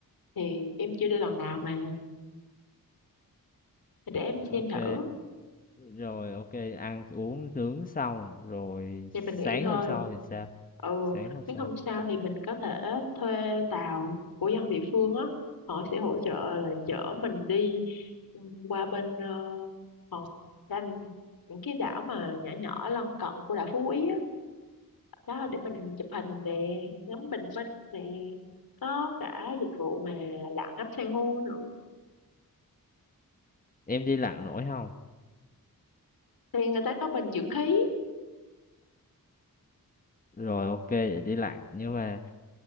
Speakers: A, on the left; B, on the left.
A: thì em chưa đi lần nào mà để em
B: Ok.
A: xem thử
B: Rồi ok, ăn uống nướng xong rồi
A: thì
B: sáng
A: mình nghỉ ngơi
B: hôm sau thì sao?
A: ừ
B: Sáng hôm
A: nếu
B: sau.
A: không sao thì mình có thể thuê tàu của dân địa phương á họ sẽ hỗ trợ là chở mình đi ừm, qua bên ờ, hòn Tranh những cái đảo mà nhỏ nhỏ lân cận của đảo Phú Quý á đó để mình chụp hình nè ngắm bình minh nè có cả dịch vụ mà lặn ngắm san hô nữa
B: Em đi lặn nổi không?
A: thì người ta có bình dưỡng khí
B: Rồi ok vậy đi lặn nhưng mà